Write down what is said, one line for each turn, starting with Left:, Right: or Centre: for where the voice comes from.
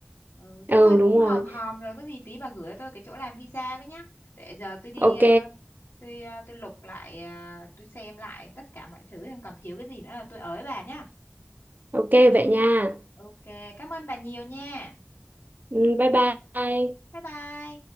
Left: ừ thế
Right: ừ
Left: thôi
Right: đúng
Left: cũng hòm
Right: rồi
Left: hòm rồi có gì tí bà gửi cho tôi cái chỗ làm visa với nhá để giờ tôi đi
Right: ok
Left: ờ, tôi ờ, tôi lục lại ờ, tôi xem lại tất cả mọi thứ còn thiếu cái gì nữa là tôi ới bà nhá
Right: ok vậy nha
Left: ok cảm ơn bà nhiều nha
Right: Ừ, bye bye
Left: bye bye